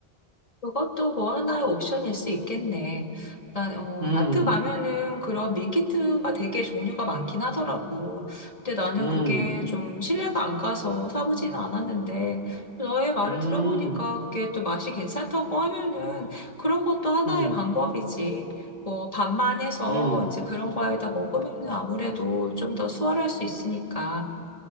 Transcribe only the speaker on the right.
음,
음,
음,
음,
음.